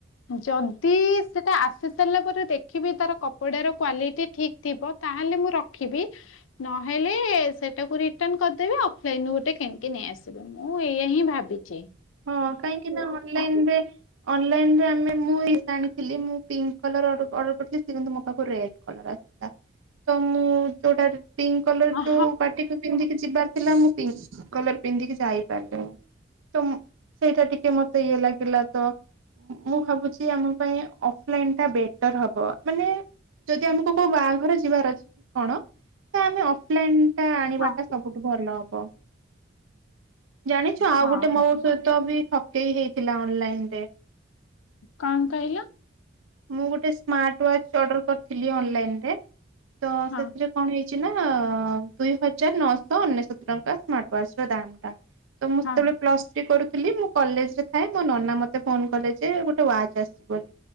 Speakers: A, on the left (about 80°); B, on the right (about 80°).
A: ଯଦି ସେଇଟା ଆସି ସାରିଲା ପରେ ଦେଖିବି ତାର କପଡ଼ା ର କ୍ଵାଲିଟି ଠିକ୍ ଥିବ ତାହେଲେ ମୁଁ ରଖିବି ନହେଲେ ସେଇଟାକୁ ରିଟର୍ଣ କରିଦେବି ଅଫଲାଇନୁ ଗୋଟେ କିଣିକି ନେଇ ଆସିବି ମୁଁ ଏଇ ହିଁ ଭାବିଛି।
B: ହଁ କାହିଁକି ନା ଅନଲାଇନରେ ଅନଲାଇନରେ ଆମେ ମୁଁ ଏ ଆଣିଥିଲି ମୁଁ ପିଙ୍କ କଲର ଅର୍ଡର କରିଥିଲି ସେ କିନ୍ତୁ ମୋ ପାଖକୁ ରେଡ କଲର ଆସଥିଲା ତ ମୁଁ ସେଇଟା ରି ପିଙ୍କ କଲର
A: ହଁ
B: ଯୋଉ ପାଟିକୁ ପିନ୍ଧିକି ଯିବାର ଥିଲା ମୁଁ ପିଙ୍କ କଲର ପିନ୍ଧିକି ଯାଇପାରିଲିନି। ସେଇଟା ଟିକେ ମତେ ଇଏ ଲାଗିଲା ତ ମୁଁ ଭାବୁଛି ଆମ ପାଇଁ ଅଫଲାଇନ ଟା ବେଟର ହବ ମାନେ ଯଦି ଆମକୁ କୋଉ ବାହାଘର ଯିବାର ଅଛି କଣ ତ ଆମେ ଅଫଲାଇନ ଟା ଆଣିବାଟା
A: ହଁ
B: ସବୁଠୁ ଭଲ ହବ। ଜାଣିଛୁ ଆଉ
A: ହଁ
B: ଗୋଟେ ମୋ ସହ ତ ବି ଠକେଇ ହେଇଥିଲା ଅନଲାଇନ ରେ।
A: କଣ କହିଲ?
B: ମୁଁ ଗୋଟେ ସ୍ମାର୍ଟ ୱାଚ ଅର୍ଡର କରିଥିଲି ଅନଲାଇନରେ। ତ
A: ହଁ
B: ସେଥିରେ କଣ ହେଇ ଛି ନା ଦୁଇ ହଜାର ନଅଶହ ଅନେଶତ ଟଙ୍କା ସ୍ମାର୍ଟ ୱାଚ ର ଦାମ ଟା। ତ ମୁଁ
A: ହଁ
B: ସେତେବେଳେ ପ୍ଲସ୍ ଥ୍ରୀ କରୁ ଥିଲି ମୁଁ କଲେଜ ରେ ଥାଏ ମୋ ନନା ମତେ ଫୋନ କଲେ ଯେ ଗୋଟେ ୱାଚ ଆସିଛି ବୋଲି